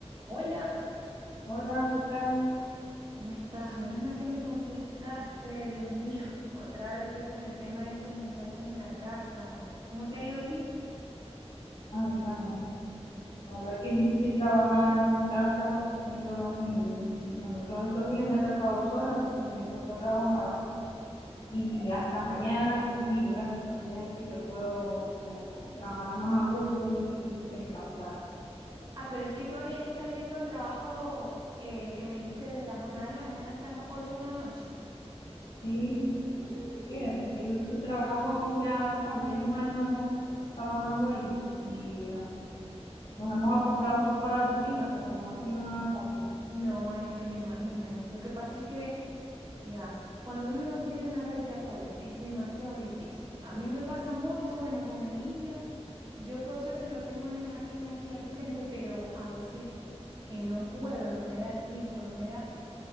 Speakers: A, on the right (about 40°); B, on the left (about 55°).
A: Hola,
B: Hola, ¿qué tal?
A: ¿cómo estás? Menos mal que me contestaste, Dios mío. <laughs> Otra vez yo con el tema de estos muchachos en la casa. ¿Cómo te ha ido a ti?
B: Ay, bueno, la verdad que es difícil trabajar en casa teniendo los niños. Y bueno, todos estos días me ha tocado sola porque mi esposo ha trabajado y hasta mañana libra, entonces es que yo puedo como trabajar más a gusto y descansar.
A: Ah, pero es que todavía le está yendo al trabajo eh, que me dijiste desde la jornada de la mañana hasta las 8 de la noche.
B: Sí,
A: Mm,
B: sí, ese ha sido su trabajo ya, bueno, tiene un año trabajando ahí y eh, nos hemos acoplado un poco a la rutina, pero no ha sido nada fácil.
A: No, es que me imagino. Lo que pasa es que Mira, cuando uno no tiene una red de apoyo, es demasiado difícil. A mí me pasa mucho, bueno, con el niño. Yo por suerte lo tengo en el jardín aquí al frente, pero a veces que no puedo, no me da el tiempo, no me da,